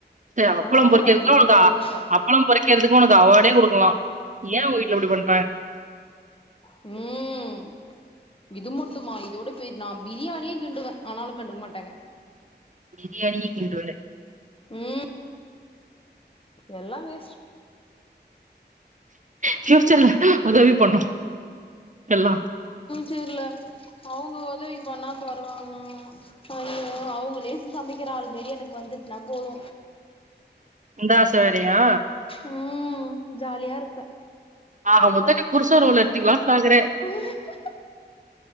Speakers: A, on the right; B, on the left.
A: சரி அப்பளம்
B: ஆனாலும்
A: பொறிக்கிறதுக்கு
B: மதிக்கல
A: உனக்கு அ
B: அதுதான் க
A: அப்பளம் பொரிக்கறதுக்கு ஒனக்கு அவார்டே கொடுக்கலா ஏ ஒ வீட்ல இப்டி பண்
B: ம் இது மட்டுமா இதோட பெ நா பிரியாணியே கிண்டுவே ஆனாலு கண்டுக்க மாட்டாங்க
A: பிரியாணியே கிண்டுவல
B: ம் எல்லா வேஸ்ட்
A: ப்ஃயூச்சர்ல உதவி பண்ணோ கெல்லா
B: தெர்ல அவுங்க ஒதவி பண்ணா பரவால அய்யோ அவுங்க லேசு சமைக்கிற ஆள்மாரி எனக்கு வந்துட்டுனா போது
A: அந்த ஆச வேறயா
B: ம் ஜாலியா இருப்பே
A: ஆக மொத்த நீ புருச ரோல எத்துக்கலானு பாக்றே
B: ம்